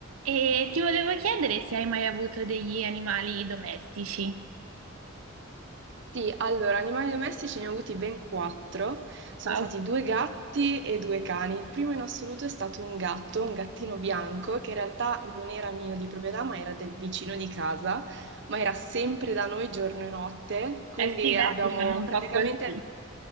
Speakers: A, on the right; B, on the right.
A: E ti volevo chiedere se hai mai avuto degli animali domestici.
B: Sì, allora, animali domestici ne ho avuti ben quattro. Sono
A: Wow.
B: stati due gatti e due cani. Il primo in assoluto è stato un gatto, un gattino bianco, che in realtà non era mio di proprietà, ma era del vicino di casa, ma era sempre da noi giorno e notte. Quindi
A: Eh sì, i gatti
B: abbiamo
A: fanno un
B: praticamente
A: po' così.